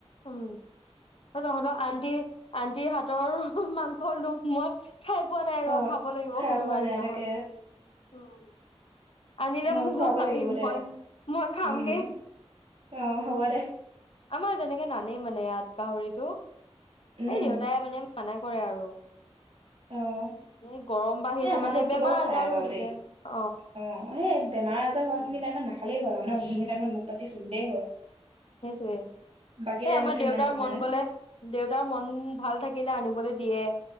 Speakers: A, on the left; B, on the right.
A: উম তহঁতৰ আন্টি আন্টিৰ হাতৰ মাংস লুভ মই খাই পোৱা নাই
B: অ
A: ৰ খাব লাগিব
B: খাই
A: কোনোবাই
B: পোৱা নাই
A: দিনা
B: তাকে
A: উম। আনিলে
B: নহ
A: মোক
B: খুৱাবই
A: জনাবি
B: লাগিব দে
A: মই মই খামগে।
B: উম অ হ'ব দে
A: আমাৰ তেনেকে নানেই মানে এৱাত গাহৰিতটো সেই
B: উম
A: দেউতাই মানে মানা কৰে আৰু।
B: অ। এ
A: এই গৰম বাঢ়িলে
B: আমাৰ
A: মানে
B: ঘৰততো
A: বেমাৰ
B: বাৰু খাই
A: আজাৰো
B: বাৰু
A: হৈ থাকে
B: দেই
A: অ'।
B: অ এই বেমাৰ আজাৰ হোৱাখিনি
A: উম,
B: টাইম নখালেই হয়ানে সেইখিনি টাইমত মোক বাছি চলিলে হয়।
A: সেইটোৱে সেই
B: বাকী টাইমতো
A: আমাৰ দেউতাৰ
B: ইমান কথা
A: মন
B: নাই
A: গলে দেউতাৰ মন ভাল থাকিলে আনিবলৈ দিয়ে